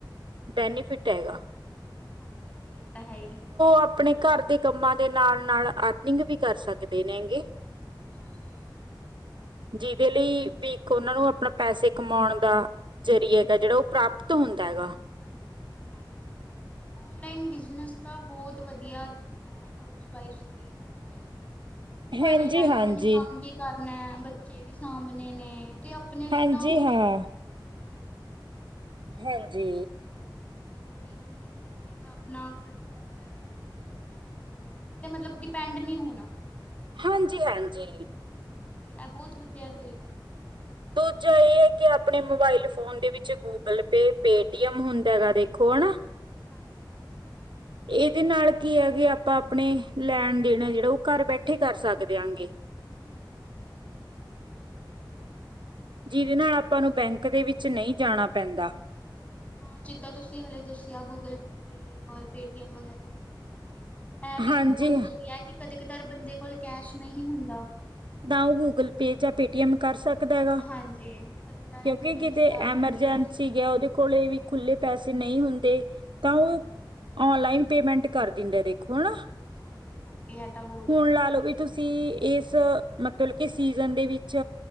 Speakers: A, on the right; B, on the left.
A: ਬੈਨੀਫਿਟ ਐ ਗਾ।
B: ਹਾਂਜੀ-ਹਾਂਜੀ ਇਹ ਤਾਂ ਹੈ ਈ।
A: ਆਪਣੇ ਘਰ ਦੇ ਕੰਮਾਂ ਦੇ ਨਾਲ-ਨਾਲ ਅਰਨਿੰਗ ਵੀ ਕਰ ਸਕਦੇ ਨੇ ਗੇ।
B: ਹਾਂਜੀ।
A: ਜਿਦੇ ਲਈ ਵੀ ਇੱਕ ਉਹਨਾਂ ਨੂੰ ਆਪਣਾ ਪੈਸੇ ਕਮਾਉਣ ਦਾ ਜ਼ਰੀਆ ਗਾ ਜੇੜਾ ਓਹ ਪ੍ਰਾਪਤ ਹੁੰਦਾ ਐਗਾ।
B: ਹਾਂਜੀ ਓਨਲਾਈਨ ਬਿਜ਼ਨਸ ਤਾਂ ਬੋਤ ਵਧੀਆ ਹੈ ਹਾਊਸਵਾਈਫ਼ਸ ਲਈ ਬਿਕੌਜ ਓ
A: ਹਾਂਜੀ-ਹਾਂਜੀ,
B: ਘਰੇ ਰਹਿਣਾ ਓਨਾ ਨੇ ਕੰਮ ਵੀ ਕਰ ਅਪਣਾ ਬੱਚੇ ਵੀ ਸਾਂਭਣੇ ਨੇ ਤੇ ਆਪਣੇ ਲਈ
A: ਹਾਂਜੀ
B: ਤਾਂ ਓ ਕੁੱਛ
A: ਹਾਂ।
B: ਕਰ ਸਕਦੇ ਆ ਨਾ।
A: ਹਾਂਜੀ।
B: ਹਾਂਜੀ ਥੋੜ੍ਹੀ ਅਰਨਿੰਗ ਕਰਕੇ ਤਾਂ ਆਪਣਾ ਖਰਚਾ ਵਗੈਰਾ ਖੁਦ ਓ ਕਰ ਸਕਦੇ ਆ ਕਿਸੇ ਤੇ ਮਤਲਬ ਡਿਪੈਂਡ ਨੀ ਹੋਣਾ।
A: ਹਾਂਜੀ-ਹਾਂਜੀ
B: ਹਾਂਜੀ ਐ ਬੋਤ ਵਧੀਆ ਤਰੀਕਾ ਐ
A: ਦੂਜਾ ਏ ਐ ਕਿ ਆਪਣੇ ਮੋਬਾਇਲ ਫੋਨ ਦੇ ਵਿੱਚ ਗੂਗਲ ਪੇ ਪੇਟੀਅਮ ਹੁੰਦਾ ਗਾ ਦੇਖੋ ਹਨਾ
B: ਹਾਂਜੀ-ਹਾਂਜੀ
A: ਇਦੇ ਨਾਲ ਕੀ ਆ ਕੀ ਆਪਾਂ ਆਪਣੇ ਲੈਣ ਦੇਣ ਐ ਜੇੜਾ ਓ ਘਰ ਬੈਠੇ ਕਰ ਸਕਦੇ ਆਂਗੇ।
B: ਹਾਂਜੀ।
A: ਜਿਦੇ ਨਾਲ ਆਪਾਂ ਨੂੰ ਬੈਂਕ ਦੇ ਵਿੱਚ ਨਈ ਜਾਣਾ ਪੈਂਦਾ।
B: ਹਾਂ ਜਿੱਦਾਂ ਤੁਸੀਂ ਹਲੇੇ ਦੱਸਿਆ ਗੂਗਲ ਪੇ ਓਰ ਪੇਟੀਐਮ ਵਗੈਰਾ <unintelligible> ਐ ਵੀ
A: ਹਾਂਜੀ
B: ਬਹੁਤ ਵਧੀਆ ਕੀ ਕਦੇ ਕਦਾਰ ਬੰਦੇ ਕੋਲ ਕੈਸ਼ ਨਹੀਂ ਹੁੰਦਾ
A: ਨਾ ਓ ਗੂਗਲ ਪੇ ਜਾਂ ਪੇਟੀਐਮ ਕਰ ਸਕ ਕਦਾ ਗਾ
B: ਹਾਂਜੀ ਕਦੇ ਕਦਾਰ ਐਮਰਜੈਂਸੀ
A: ਕਿਉਂਕਿ ਕਿਤੇ
B: ਆ ਜਾਂਦੀ
A: ਐਮਰਜੈਂਸੀ
B: ਹੈ
A: ਗਿਆ ਓਦੇ ਕੋਲ ਵੀ
B: ਹਾਂਜੀ
A: ਖੁੱਲੇ ਪੈਸੇ ਨਈ ਹੁੰ ਤੇ ਤਾਂ ਓ
B: ਹਾਂਜੀ
A: ਓਨਲਾਈਨ ਪੇਮੈਂਟ ਕਰ ਦਿੰਦਾ ਦੇਖੋ ਹਨਾ
B: ਹਾਂਜੀ ਹਾਂਜੀ ਇਹ ਤਾਂ ਬਹੁਤ
A: ਹੁਣ
B: ਵਧੀਆ
A: ਲਾ ਲਓ ਵੀ ਤੁਸੀਂ ਇਸ ਮਤਲਬ ਕਿ ਸੀਜਨ ਦੇ ਵਿੱਚ